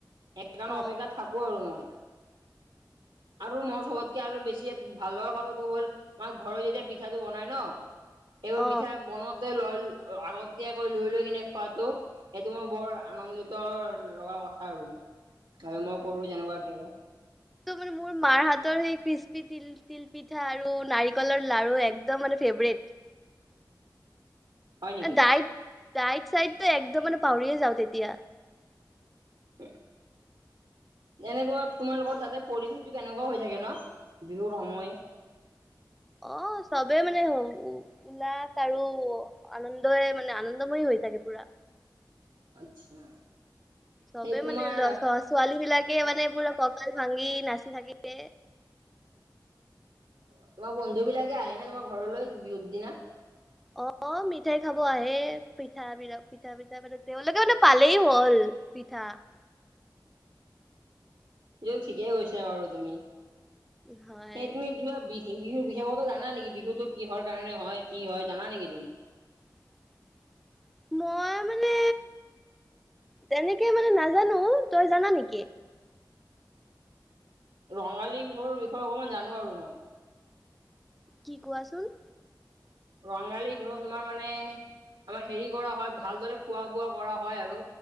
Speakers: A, on the right; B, in the centre.
A: সেইকাৰণে
B: অ
A: অপেক্ষা থাকো আৰু মই আৰু মোৰ চবত আৰু বেছি ভাল লগা কথাটো হ'ল আমাৰ ঘৰত যেতিয়া পিঠাটো বনাই ন সবোৰ
B: অ
A: পিঠা বনতে লয় আগতীয়াকৈ লৈ লৈ কিনে খোৱাাতটো সেইটো মই বৰ আনন্দিত লগা কথা আৰু হয় মই কৰো যেনেকুৱাকে আৰু
B: ম মোৰ মাৰ হাতৰ সেই কৃসি তিল তিল পিঠা আৰু নাৰিকলৰ লাৰু একদম মানে ফেভৰেট <inaudible>
A: হয় নেকি?
B: দাইত দাইত চাইতো একদম মানে পাহৰিয়ে যাওঁ তেতিয়া
A: <unintelligible> এনেকুৱা তোমালোকৰ তাতে পৰিৱেশটো কেনেকুৱা হৈ থাকে ন বিহুৰ সময়
B: অ চবেই মানে হ উল্লাস আৰু আনন্দই মানে আনন্দময়ী হৈ থাকে পুৰা
A: আচ্ছা
B: চবে
A: সেই তোমাৰ
B: মানে ল ছ ছোৱালী বিলাকে মানে পুৰা ককাল ভাঙি নাচি থাকিলে
A: অ তোমাৰ বন্ধু বিলাকে আহে নে তোমাৰ ঘৰলৈ বিহুত দিনা?
B: অ অ মিঠাই খাব আহে পিঠা বি পিঠা পিঠা তেওঁলোকে মানে পালেই হল পিঠা অ
A: য ঠিকেই কৈছা বাৰু তুমি
B: হয়
A: সেই তুমি কিবা বি বিহুৰ বিশেষতো জানা নেকি বিহুতটো কিহৰ কাৰণে হয় কি হয় জানা নেকি তুমি?
B: <inaudible> মই মানে তেনেকে মানে নাজানো তই জানা নেকি
A: ৰঙালী বিহুৰ বিষয়ে অকমান জানো আৰু মই
B: কি কোৱাচোন?
A: ৰঙালী বিহু তোমাৰ মানে, আমাৰ হেৰি কৰা হয় ভালদৰে খোৱা বোৱা কৰা হয় আৰু